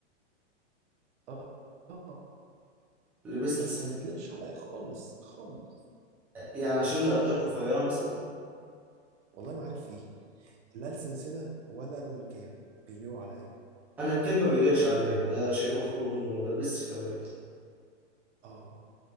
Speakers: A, on the right; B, in the centre.
A: اه آه،
B: لبست
A: بس
B: س...
A: ما بتليقش عليا خالص خالص
B: يعني عشان رقبتك رفيعة مثلا
A: والله ما عارف فيه لا السلسله ولا الكاب بيليقوا عليا
B: أنا الكم ما بيليقش عليا ده شيء مفروغ منه ما بلبسش كبات
A: اه